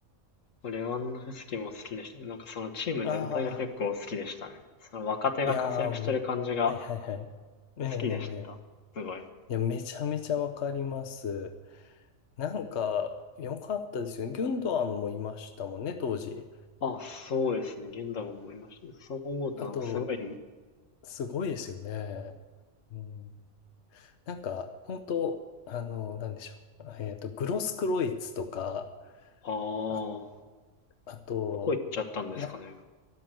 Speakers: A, on the left (about 75°); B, on the left (about 60°).
A: レワンドフスキも好きでしたね。なんかそのチーム全体が結構好きでしたね。
B: ああ
A: その若手が活躍してる感じが
B: ー、いやー、うんはいはいはい。ええ
A: 好きでした。すごい。
B: いや、めちゃめちゃわかります。なんか、良かったですよね。ギュンドアンもいましたもんね、当時。
A: あ、そうですね。現代も思いましたね。そう思うとなんかすごい、
B: あと、すごいですよね。うん、なんか、本当あの、なんでしょう。えっと、グロスクロイツとか、
A: ああ、
B: ああと、
A: どこ行っちゃったんですかね。
B: な、